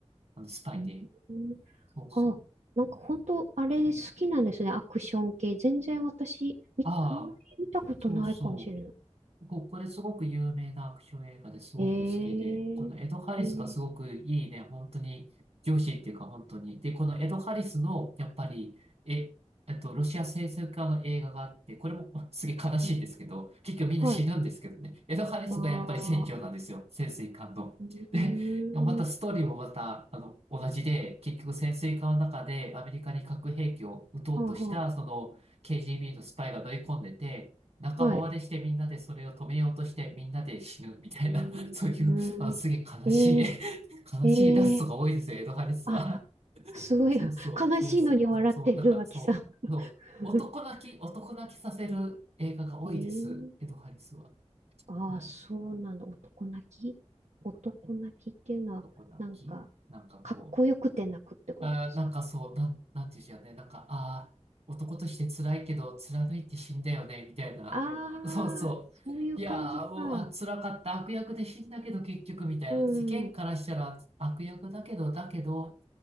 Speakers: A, on the right (about 65°); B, on the right (about 80°).
A: あのスパイで。
B: ん、うん
A: そうそう。
B: あ、なんか本当あれ好きなんですね。アクション系。全然私、み、
A: ああ、
B: あんまり見たことないかもしれない。
A: そうそう。僕、これすごく有名なアクション映画ですごく好きで、
B: え
A: このエド・ハリスがすごくいいね、
B: ー、えー、
A: 本当に上司っていうか本当に。で、このエド・ハリスの、やっぱり、え、えっと、ロシア潜水家の映画があって、これも <laughs> すげえ悲しいんですけど、
B: うん
A: 結局みんな死ぬんですけどね、
B: はい。
A: エド・ハリスがやっぱり船長なんですよ、
B: ああ、
A: 潜水艦の。
B: うーん、
A: で、またストーリーもまた、あの、同じで、結局潜水艦の中でアメリカに核兵器を撃とうとした、
B: はあは
A: その KGB のスパイが乗り込んでて、仲間割れしてみんなでそれを止めようとしてみんなで死ぬみたいな、
B: あ、はい。うーん、
A: <laughs> そういう、あ、すげえ悲しい
B: え
A: <laughs> 悲しいラストが多いですよ、
B: ー、えー、
A: エドハリスは。
B: あ、すごい、
A: <laughs> そうそう、
B: 悲しいのに笑ってる、
A: そうそう。そう、なんか、
B: 脇さん。
A: そう、そう、
B: <laughs>
A: 男泣き、男泣きさせる映画が多いです、
B: えー
A: エドハリスは。
B: ああ、
A: はい。
B: そうなんだ。男泣き男泣きっていうのは、
A: 男泣き、男泣き。
B: なんか、
A: なんかこう、
B: かっこよくて泣くってことですか。
A: あー、なんかそう、なん、なんていうんじゃね、なんか、ああ、男として辛いけど、貫いて死んだよね、みたいな。
B: あ
A: そうそう。
B: あ、そういう感じか。
A: いやー、もう、あ、辛かった。悪役で死んだけど、結局、みたいな。
B: うん、
A: 世間からしたら悪役だけど、
B: うん、
A: だけど、